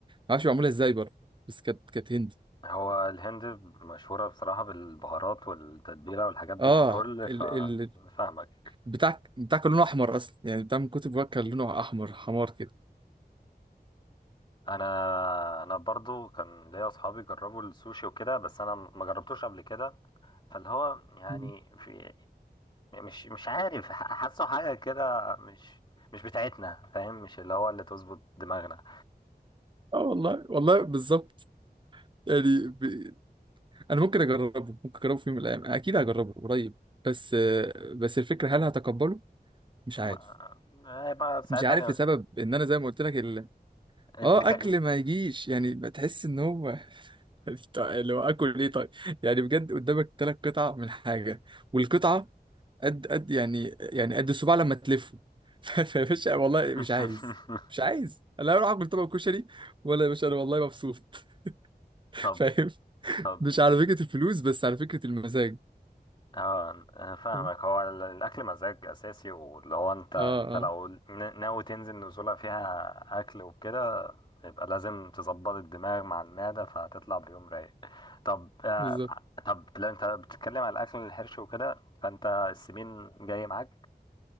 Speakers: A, on the right; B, on the left.
A: معرفش معمولة ازاي برضه بس كانت كانت هندي
B: هو الهند مشهورة بصراحة بالبهارات والتتبيلة والحاجات دي
A: اه
B: ككل ف
A: ال ال
B: فاهمك
A: بتاع بتاع كان لونه احمر اصلا يعني بتاع من كتب بقى كان لونه احمر حمار كده
B: انا انا برضو كان ليا اصحابي جربوا السوشي وكده بس انا ما جربتوش قبل كده فاللي هو يعني
A: مم.
B: في مش مش عارف ح- حاسه حاجة كده مش مش بتاعتنا فاهم مش اللي هو اللي تظبط دماغنا
A: اه والله والله بالظبط يعني ب... انا ممكن اجربه ممكن اجربه في يوم من الايام اكيد هجربه قريب بس بس الفكره هل هتقبله مش
B: ما...
A: عارف
B: هيبقى ساعتها
A: مش عارف
B: أنا...
A: لسبب ان انا زي ما قلت لك
B: انت
A: اه
B: ك...
A: اكل ما يجيش يعني بتحس ان هو <laughs> طيب، اللي هو اكل ايه طيب يعني بجد قدامك ثلاث قطع من حاجه والقطعه قد قد يعني يعني قد الصباع لما تلفه <laughs> ف- فيا باشا والله
B: <laughs>
A: مش عايز مش عايز لا اروح اكل طبق كشري ولا يا باشا انا والله مبسوط <laughs>
B: طب
A: فاهم
B: طب
A: مش على فكره الفلوس بس على فكره المزاج
B: اه انا فاهمك
A: اه
B: هو ال- الاكل مزاج اساسي واللي هو انت انت
A: اه
B: لو ن- ناوي تنزل نزوله فيها اكل وكده يبقى لازم تظبط الدماغ مع المعده فهتطلع بيوم رايق طب آه
A: بالظبط
B: طب لو انت بتتكلم على الاكل الحرش وكده فانت السمين جاي معاك